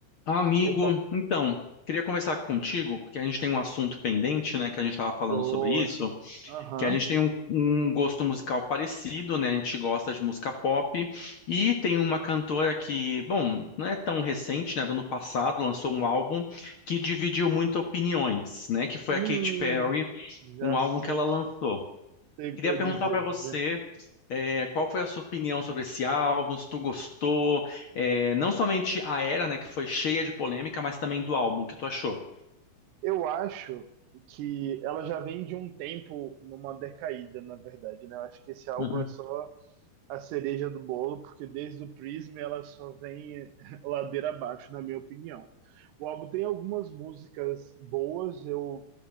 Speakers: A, on the left; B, on the right.
A: Amigo,
B: Opa,
A: então, queria conversar contigo, porque a gente tem um assunto pendente, né, que a gente estava
B: boa.
A: falando sobre isso,
B: Aham.
A: que a gente tem um, um gosto musical parecido, né, a gente gosta de música pop, e tem uma cantora que, bom, não é tão recente, né, do ano passado, lançou um álbum que dividiu muito opiniões, né, que foi
B: Hum,
A: a Katy Perry,
B: já
A: um álbum
B: sei
A: que ela
B: o
A: lançou.
B: que tem
A: Queria
B: para
A: perguntar
B: dizer.
A: para você
B: né?
A: é, qual foi a sua opinião sobre esse álbum? Se tu gostou? É, não somente a era, né, que foi cheia de polêmica, mas também do álbum, o que tu achou?
B: Eu acho que ela já vem de um tempo numa decaída, na verdade, né? Eu acho que esse álbum
A: Uhum,
B: é só a cereja do bolo, porque desde o Prism ela só vem <laughs> ladeira abaixo, na minha opinião. O álbum tem algumas músicas boas, eu